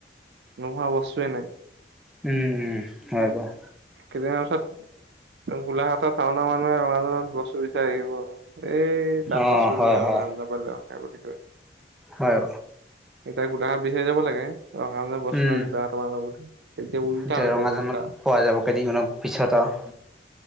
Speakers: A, on the right; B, in the centre.
A: নোহোৱা বস্তুৱে নাই।
B: উম, উম, হয়, বাৰু
A: কেইদিনমানৰ পিছত গোলাঘাটৰ টাউনৰ মানুহে ৰঙাজানত বস্তু বিচাই আহিব। এই তাত
B: অ
A: বস্তু
B: হয়
A: নাই।
B: হয়
A: ৰঙাজানৰ পৰা লৈ আহোঁ গে বুলি কয়
B: হয়।
A: এতিয়া গোলাঘাট বিচাৰি যাব লাগে। ৰঙাজানত বস্তু
B: উম
A: নাই গোলাঘাটৰ পৰা আনো বুলি তেতিয়া উল্টা
B: এতিয়া
A: হৈ
B: ৰঙাজানত
A: যাব উল্টা
B: পোৱা যাব কেইদিনমানৰ পিছত আৰু